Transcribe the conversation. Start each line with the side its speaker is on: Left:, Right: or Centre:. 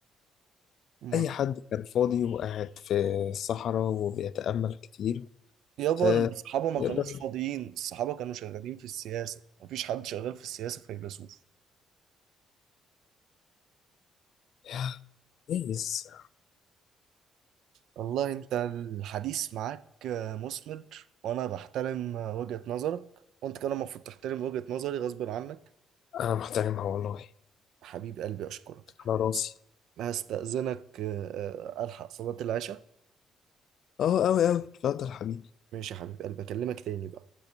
Right: ما
Left: أي
Right: كانوا
Left: حد كان فاضي وقاعد في الصحراء وبيتأمل كتير
Right: يابا
Left: آه
Right: الصحابة ما
Left: يقدر
Right: كانوش فاضيين الصحابة كانوا شغالين في السياسة مفيش حد شغال في السياسة فيلسوف
Left: يا كويس
Right: والله انت الحديث معاك آه، مثمر وانا بحترم آه، وجهة نظرك وانت كمان المفروض تحترم وجهة نظري غصب عنك
Left: أنا محترمها والله
Right: حبيب قلبي اشكرك
Left: على راسي
Right: بس هستأذنك آه، آه، الحق صلاة العشاء
Left: أه أوي أوي اتفضل حبيبي
Right: ماشي يا حبيب قلبي اكلمك تاني بقى